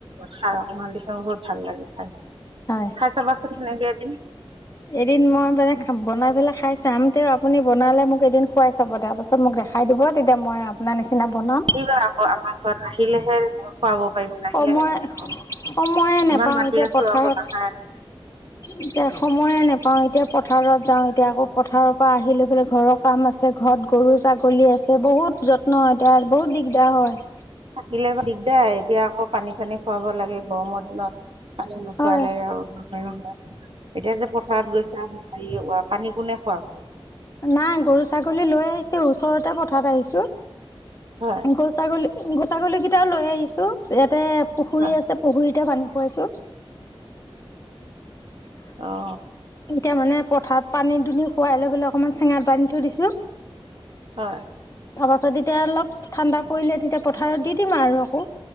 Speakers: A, on the right; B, on the left.
A: খাৰ অকমান দিলে বহুত ভাল লাগে খাই
B: হয়
A: খাই চাবাচোন সেনেকে এদিন।
B: এদিন মই মানে বনাই পেলাই খাই চাম তেও আপুনি বনালে মোক এদিন খুৱাই চাব তাৰ পাছত মোক দেখা খাই দিব তেতিয়া মই আপোনাৰ নিচিনা বনাম।
A: আহিবা আকৌ আমাৰ ঘৰত আহিলেহে খোৱাব পাৰিম নাহিলে
B: সময়
A: কেনেকৈ
B: -সময়ে
A: খোৱাম
B: নোপাওঁ
A: ইমান মাতি
B: এতিয়া
A: আছোঁ
B: পথাৰত
A: আকৌ নাখায়
B: এতিয়া সময়ে নোপাও এতিয়া পথাৰত যাওঁ এতিয়া আকৌ পথাৰৰ পৰা আহি লৈ পেলাই ঘৰক কাম আছে ঘৰত গৰু, ছাগলী আছে বহুত যত্ন হয় তে আৰ বহুত দিগদাৰ হয়।
A: থাকিলে দিগদাৰ এতিয়া আকৌ পানী চানী খুৱাব লাগে। গৰমৰ দিনত পানী নোখোৱালে
B: হয়
A: আৰু ন। এতিয়া যে পথাৰত গৈছা পানী কোনে খোৱা?
B: নাই গৰু, ছাগলী লৈ আহিছো ওচৰতে পথাৰত আহিছো
A: হয়
B: গৰু, ছাগলী <unintelligible> উম গৰু, ছাগলীকেইটাও লৈ আহিছোঁ। ইয়াতে <unintelligible> পুখুৰী
A: হয়
B: আছে পুখুৰীতে পানী খুৱাইছো।
A: অ
B: এতিয়া মানে পথাৰত পানী দুনি খোৱাই লৈ পেললে অকমান চেঙাত পানী থৈ দিছো।
A: হয়।
B: তাৰ পাছত এতিয়া অলপ ঠাণ্ডা পৰিলে তেতিয়া পথাৰত দি দিম আৰু আকৌ।